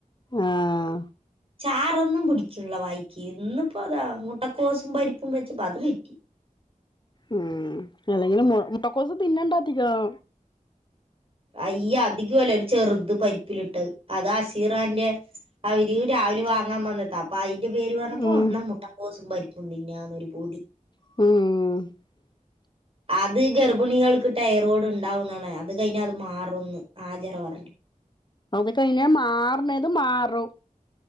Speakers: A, on the left (about 35°); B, on the right (about 40°).
A: ആഹ
B: ചറൊന്നും പിടിക്കുള്ള വായിക്ക് ഇന്നിപ്പോ അതാ മുട്ട കോസും പരിപ്പും വെ ച്ച് പ്പതൊരുക്കി
A: ഉം അല്ലെങ്കിലും മു മുട്ടക്കോസ് തിന്നണ്ട അധികം
B: അയ്യ അധികം അല്ല ഒരു ചെറുത് പരിപ്പിലിട്ടത് അത് അശീ കാന്റെ അവര് രാവിലെ വങ്ങ മാമ വന്നിട്ട പയി പ്പ്ന്റെ പേര് പറഞ്ഞപ്പോ
A: ഉം
B: അന്നാ മുട്ടക്കോസും പരി തിന്നന്നൊരു പൂതി
A: ഉം
B: അത് ഗർഭിണികൾക്ക് ടയറോഡ് ഉണ്ടാവുന്ന അത് കയി ഞാ അത് മാറന്ന് ആജിറ പറഞ്ഞ്
A: അത് കയിഞ്ഞ മാറണത് മാറും